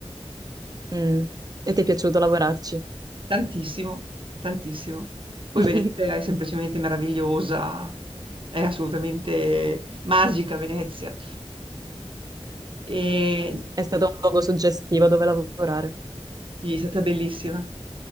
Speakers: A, on the right (about 35°); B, on the right (about 55°).
A: Mm. E ti è piaciuto lavorarci?
B: Tantissimo, tantissimo. Poi
A: <laughs>
B: Venezia è semplicemente meravigliosa, è assolutamente magica Venezia. E,
A: È stato un luogo suggestivo dove lavorare.
B: sì, è stata bellissima.